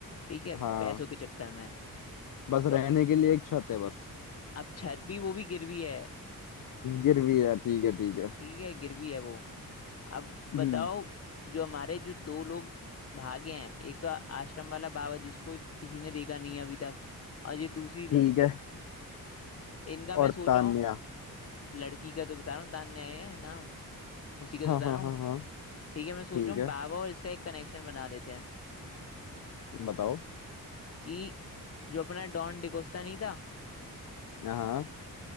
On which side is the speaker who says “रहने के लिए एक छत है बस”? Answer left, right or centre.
Left